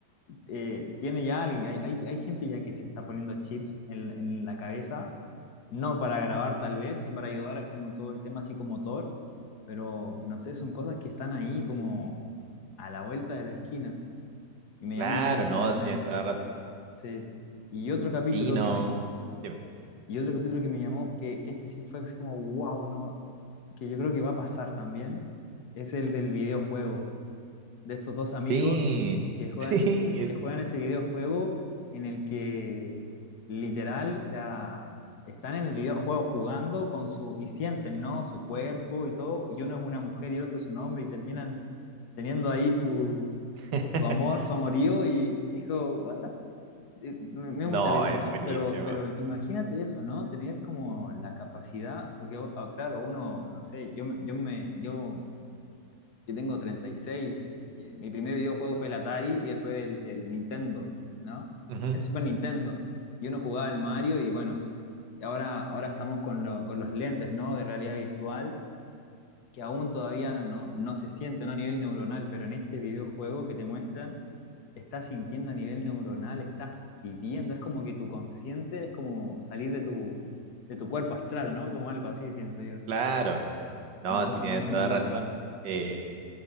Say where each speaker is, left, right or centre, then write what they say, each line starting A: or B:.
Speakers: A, on the left (about 70°); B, on the right (about 90°).
A: eh, tiene ya, hay, hay- hay gente ya que se está poniendo chips en, en la cabeza, no para grabar tal vez y para ayudar a como todo el tema psicomotor, pero no sé, son cosas que están ahí como a la vuelta de la esquina y me
B: Claro,
A: llamó mucho la atención
B: no, tienes
A: este.
B: toda la razón.
A: Sí. Y otro capítulo
B: Sí, no.
A: que me,
B: Dime.
A: Y otro capítulo que me llamó, que, que este sí fue así como, wow, no, que yo creo que va a pasar también, es el del videojuego, de estos dos amigos
B: Sí,
A: que juegan,
B: sí,
A: que,
B: es...
A: que juegan ese videojuego en el que literal, o sea, están en el videojuego jugando con su, y sienten, ¿no? Su cuerpo y todo, y uno es una mujer y el otro es un hombre y terminan teniendo ahí su,
B: <laughs>
A: su amor, su amorío y dijo, what the eh, me, me
B: No,
A: da mucha risa,
B: es
A: ¿no?
B: buenísimo.
A: Pero, pero imagínate eso, ¿no? Tener como la capacidad, porque ah, claro, uno, no sé, yo, me- yo me, yo, yo tengo 36, y, seis, y, eh, mi primer videojuego fue el Atari y después el, el Nintendo, ¿no?
B: Ujú,
A: El Super Nintendo. Y uno jugaba el Mario y bueno, y ahora, ahora estamos con, lo- con los lentes, ¿no? De realidad virtual, que aún todavía no, no, no se siente, ¿no? A nivel neuronal, pero en este videojuego que te muestran estás sintiendo a nivel neuronal, estás viviendo, es como que tu consciente es como salir de tu, de tu cuerpo astral, ¿no? Como algo así, siento yo.
B: Claro, no,
A: Una cosa
B: sí tiene
A: muy
B: toda
A: loca.
B: razón. Eh,